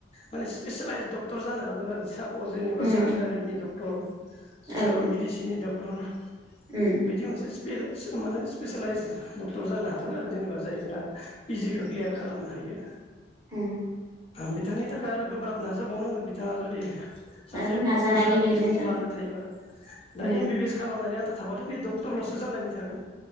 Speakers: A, on the left; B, on the right.
A: माने स्पेसेलाइस डक्टर जानो हागोन आरो साब अ जेनेबा
B: होम
A: सार्जारिनि डक्टर <unintelligible> बिसोरा
B: औ
A: मेडिसिननि द <unintelligible>
B: उम
A: बिदि मोनसे स्पिल माने स्पेसिलाइज डक्टर जानो हागोन आरो जेनेबा जाय फोरा पिजिखो क्लियार खालामनो हायो
B: हो
A: बिथांनि थाखाय आरो गोब्राब नाजाबावनांगोन बिथाङा जुदि सासे
B: औ नाजानायनि
A: प्रफेसार
B: गेजेरजों
A: बिमुं लानो थायोबा दा
B: उम
A: एम बिबि एस खालामनानै आनथा थाबाथ' बे दक्टर लसो जानानै थागोन